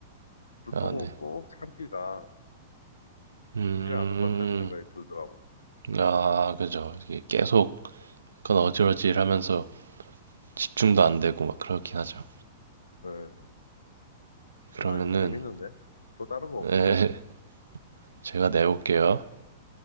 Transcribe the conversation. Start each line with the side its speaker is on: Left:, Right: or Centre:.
Left: 두통은
Right: 아 네,
Left: 꼭 참기가
Right: 음,
Left: 쉽지가 않을 것 같다는 생각이 들더라고요.
Right: 아 그죠 이게 계속 약간 어질어질하면서 집중도 안 되고 막 그렇긴 하죠.
Left: 예.
Right: 그러면은
Left: 아, 이거 재밌는데? 또 다른 거 없으세요?
Right: 네, <laughs> 제가 내볼게요.